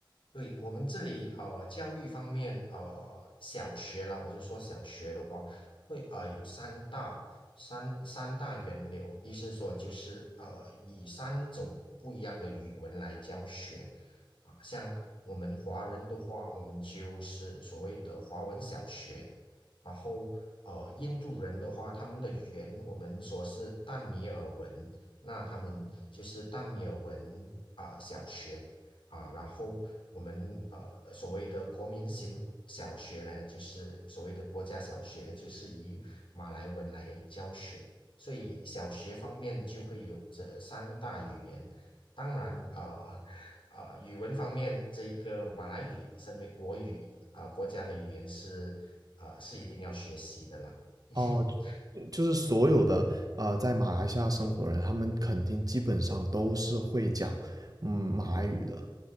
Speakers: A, on the left; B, on the right.
A: 对，我们这里呃，教育方面呃，小学啦，我是说小学的话，会呃有三大三三大源流，意思说就是呃以三种不一样的语文来教学啊，像我们华人的话，我们就是所谓的华文小学，然后呃印度人的话，他们的语言我们说是淡米尔文，那他们就是淡米尔文啊、小学。啊，然后我们呃所谓的国民型小学呢，就是所谓的国家小学，就是以马来文来教学，所以小学方面就会有这三大语言。当然，啊、呃啊、呃语文方面，这个马来语身为国语啊、呃国家的语言是啊、呃是一定要学习的啦。<laughs>
B: 哦，就就是所有的呃，在马来西亚生活人，他们肯定基本上都是会讲嗯马来语的，